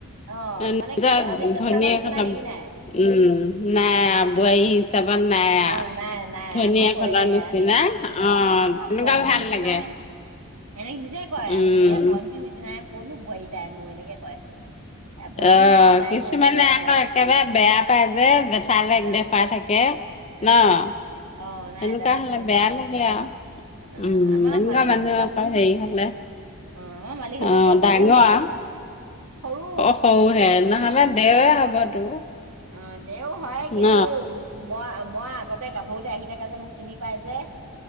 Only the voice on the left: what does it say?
নিজৰ
ভনীয়েকহতঁক,
উম, নাই
আহ বোৱাৰী হিচাপত নাই
ভনীয়েকহঁতৰ
নিচিনা
তেনেকুৱা
ভাল
লাগে
উম
আহ,
কিছুমানে
আকৌ একেবাৰে বেয়া পায় যে জেঠালেক
দেখাই থাকে।
ন, সেনেকুৱা
হ'লে
বেয়া লাগে আৰু।
উম,
এনেকোৱা
মানুহ আকৌ হেৰি হ'লে
অ
ডাঙৰ
অহ সৰুহে নহ'লে দেওে হ'ব তোৰ।
ন